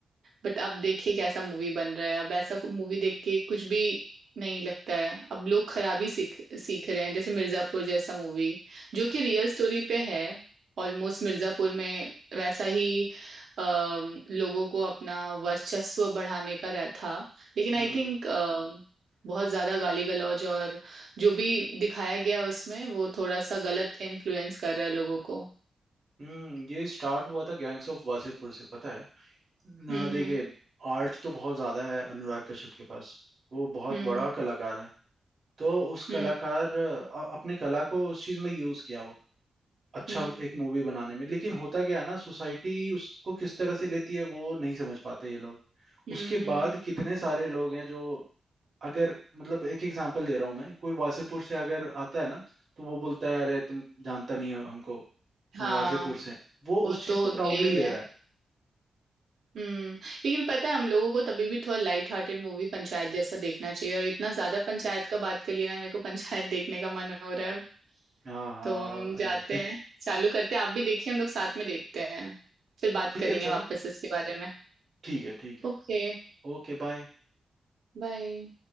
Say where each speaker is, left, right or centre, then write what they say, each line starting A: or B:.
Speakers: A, on the right (about 70°); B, on the right (about 40°).
A: बट अब देखिए कैसा मूवी बन रहा है अब ऐसा मूवी देख के कुछ भी नहीं लगता है अब लोग खराबी सीख सीख रहे हैं जैसे मिर्जापुर जैसा मूवी जो कि रियल स्टोरी पे है ऑलमोस्ट मिर्जापुर में वैसा ही अम, लोगों को अपना वर्चस्व बढ़ाने का रह था लेकिन
B: हम्म
A: आई थिंक बहुत ज्यादा गाली गलौज और जो भी दिखाया गया है उसमें वो थोड़ा सा गलत इन्फ्लुएंस कर रहा है लोगों को
B: हम्म ये स्टार्ट हुआ था गैंग्स ऑफ वासेपुर से पता है ना
A: हम्म
B: देखिए आर्ट तो बहुत ज्यादा है अनुराग कश्यप के पास वो बहुत
A: हम्म
B: बड़ा
A: हम्म
B: कलाकार है तो उस कलाकार
A: हम्म
B: अ, अपने कला को उस चीज में यूज किया वो अच्छा
A: हम्म
B: एक मूवी बनाने में लेकिन होता क्या है ना सोसाइटी उसको किस तरह से लेती है वो नहीं समझ पाते ये लोग
A: हम्म
B: उसके
A: हम्म हम्म,
B: बाद कितने सारे लोग हैं जो अगर मतलब एक एग्जांपल दे रहा हूँ मैं कोई वासेपुर से अगर आता है ना तो वो बोलता है अरे तुम जानता नहीं हो हमको हम
A: हाँ
B: वासेपुर से हैं।" वो
A: वो
B: उस चीज
A: तो
B: को
A: होता
B: प्राउडली
A: ही
B: ले
A: है
B: रहा है
A: हम्म लेकिन पता है हम लोगों को तभी भी थोड़ा लाइट हार्टेड मूवी पंचायत जैसा देखना चाहिए और इतना ज्यादा पंचायत का बात कर लिया ना मेरे को पंचायत देखने का मन हो रहा है
B: हाँ हाँ
A: तो हम
B: अरे
A: जाते
B: <laughs>
A: हैं चालू करते हैं आप भी देखिए हम लोग साथ में देखते हैं फिर बात
B: ठीक
A: करेंगे
B: है चलो
A: वापस इसके बारे में
B: ठीक है ठीक है
A: Okay
B: Okay bye
A: bye